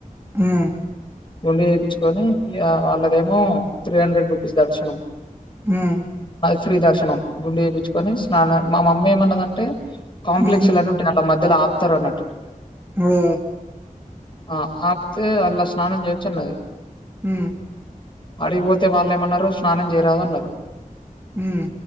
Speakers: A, on the right; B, on the left.
A: ఉమ్,
B: గుండు చేపిచుకొని వాళ్ళదేమో త్రీ హండ్రెడ్ రూపీస్ దర్శనం
A: ఉమ్
B: ఫ్రీ దర్శనం గుండె చేపించుకొని స్నాన మా మమ్మీ ఏమన్నదంటే కాంప్లెక్స్
A: ఉమ్,
B: లన్ని ఉంటే అలా మధ్యలో ఆపుతారు అన్నట్టు
A: హు
B: ఆ ఆపితే అలా స్నానం చేయొచ్చు అన్నది.
A: ఉ
B: ఆడిగిపోతే వాళ్ళేమన్నారు స్నానం చేయరాదు అన్నారు
A: ఉమ్,